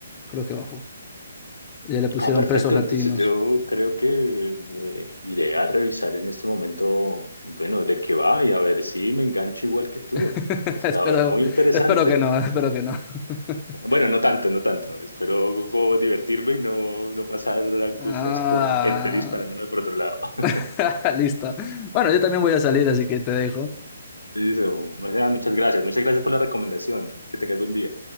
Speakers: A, on the left; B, on the left.
A: Creo que bajó. Ya le pusieron
B: Ah, perfecto.
A: pesos latinos.
B: Entonces yo creo que eh, iré a revisar en este momento, bueno, de qué va y a ver si me engancho igual que tú.
A: <laughs>
B: Está
A: Espero,
B: muy interesante.
A: espero que no, espero que no. <laughs>
B: Bueno, no tanto, no tanto. Espero como divertirme y no, no pasar angustias
A: Ah,
B: con gente disparándome por otro lado. <laughs>
A: <laughs> listo. Bueno, yo también voy a salir, así que te dejo.
B: Listo. Marcela, muchas gracias. Muchas gracias por la recomendación. Que tengas buen día.